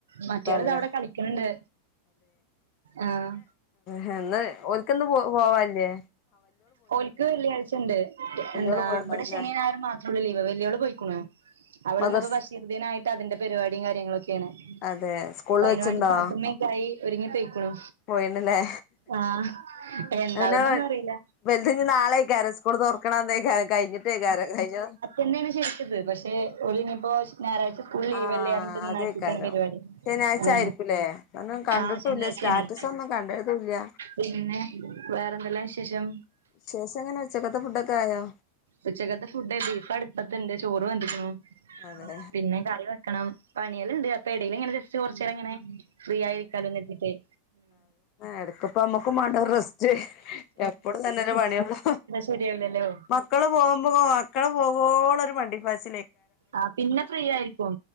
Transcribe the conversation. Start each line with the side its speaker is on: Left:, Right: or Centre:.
Right: മറ്റാള്
Left: മൂത്താള്ല്ലേ
Right: ദാ വിടെ കളിക്കണണ്ട് ആഹ്
Left: ഹാന്ന് ഓലിക്ക്ന്ന് പോ പോവല്ലേ
Right: ഓല്ക്ക് വെള്ളിയാഴ്ചണ്ട്
Left: വല്യോള്
Right: എന്താ
Left: പോയിണ്ടാവുല്ലേ
Right: ഇവിടെ ശനീഞായറും മാത്രൊള്ളൂ ലീവ് വെല്ലിയോള് പോയിക്ക്ണു അവള്
Left: മദർസ്
Right: ഇന്നപ്പോ ബഷീർദിനായിട്ട് അതിന്റെ പരിപാടീം കാര്യങ്ങളൊക്കേണ്
Left: അതെ സ്കൂളിൽ
Right: അപ്പ അയിന്
Left: വെച്ചുണ്ടോ
Right: വാണ്ടി പാത്തുമെക്കായി ഒരുങ്ങിപ്പയിക്ക്ണു
Left: പോയിണ്ല്ലേ
Right: ആഹ് എന്താവുന്നൊന്നും
Left: അങ്ങനെ
Right: അറിയില്ല
Left: വലുത് ഞ് നാളേക്കാരം സ്കൂൾ തൊറക്കണ അന്നേക്കാരം കഴിഞ്ഞട്ടേക്കാരം കഴിഞ്ഞ
Right: ഇന്നേന്ന് ശരിക്കിത് പക്ഷെ ഒല്നീപ്പോ ഞായറാഴ്ച സ്കൂള ലീവലേറഞിട്ട്
Left: ആ
Right: ഇന്നാക്കിക്കാണ്
Left: അതേക്കാരം
Right: പരിപാടി
Left: ശനിയാഴ്ച
Right: ആ
Left: ആയിരിക്കൂല്ലേ കാരണം കണ്ടിട്ടുല്ല
Right: ആഹ് ശനിയായ്ചേണെയ്
Left: സ്റ്റാറ്റസ് ഒന്നും കണ്ടതുല്ല
Right: പിന്നെ വേറെന്തെല്ലാം വിശേഷം
Left: വിശേഷം ങ്ങനെ ഉച്ചക്കത്തെ ഫുഡൊക്കായോ
Right: ഉച്ചകത്തെ ഫുഡേ ബീഫ അടുപ്പത്ത് ചോറ് വക്ക്ണു
Left: അതെ
Right: പിന്നെ കറി ണം പണിയെലാംണ്ട് അപടേല് ഇങ്ങനെ ജസ്റ്റ് കുറച്ചേരം ങ്ങനെ ഫ്രീ ആയിരിക്കാലോ കര്തിട്ടെയ്
Left: എടക്കപ്പമ്മക്കും വേണ്ട ഒര് റെസ്റ്റ് എപ്പഴും ഇതന്നെലെ ഒരു പണിയാവുമ്പോ
Right: ശരിയാവൂല്ലല്ലോ
Left: മക്കള് പോകുമ്പോ മക്കള് പോകവോള്ളൊരു മണ്ടിപ്പാചി
Right: ആ പിന്നെ ഫ്രീ ആയിരിക്കും